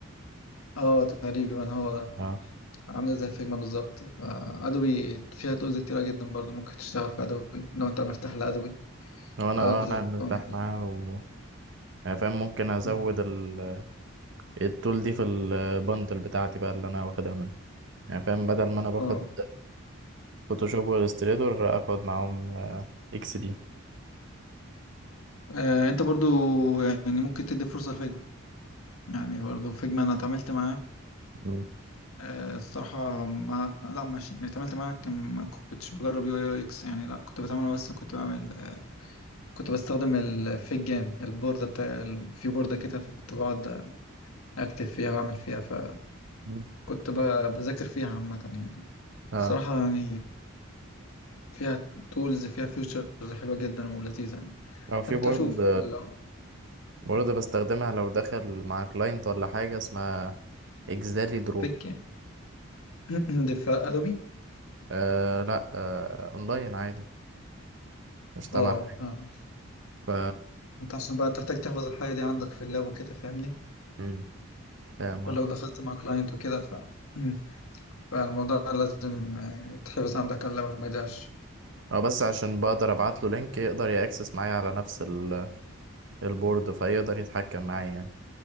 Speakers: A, on the left; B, on the right.
A: اه تقريبا هو ده
B: اه
A: عاملة زي فيجما بالظبط آه، أدوبي فيها تولز كتيرة جدا برضو ممكن تشتغل في أدوبي لو أنت مرتاح لأدوبي
B: لو انا
A: الأدوات
B: اه
A: بتاعتهم
B: انا مرتاح
A: يعني
B: معاها و يعني فاهم ممكن ازود
A: مم.
B: ال... التول دي في البندل بتاعتي بقى اللي انا واخدها منه يعني فاهم بدل ما انا باخد
A: اه
B: فوتوشوب والاستريتور اخد معاهم آه، اكس دي
A: آه، أنت برضو يعني ممكن تدي فرصة لفيجما يعني برضو فيجما أنا اتعاملت معاه
B: مم.
A: آه، الصراحة ما لا مش يعني اتعاملت معاه كان ما كنتش بجرب يو يو إكس يعني لا كنت بتعامل بس كنت بعمل آه، كنت بستخدم الفيج جام البوردة بتاع ال- في بوردة كده فكنت بقعد أكتب فيها وأعمل فيها فكنت
B: مم.
A: ب- بذاكر فيها عامة يعني
B: اه
A: صراحة يعني فيها تولز فيها فيوتشرز حلوة جدا ولذيذة يعني
B: او
A: فانت
B: في بورد
A: شوف لو
B: بورد بستخدمها لو داخل مع كلاينت ولا حاجه اسمها اكسالي درو
A: بيج يعني <clears throat> دفاع ادوبي
B: آه لا آه اونلاين عادي مش تبع
A: اه
B: حاجه
A: فاهم
B: ف
A: انت عشان بقى تحتاج تحفظ الحاجة دي عندك في اللاب وكده فاهمني
B: مم. فاهم
A: فلو
B: آه.
A: دخلت مع كلاينت وكده ف <clears throat> فالموضوع لازم آه، يتحفظ عندك على اللاب وما يضيعش
B: اه بس عشان بقدر ابعت له لينك يقدر ياكسس معايا على نفس ال- البورد فيقدر يتحكم معايا يعني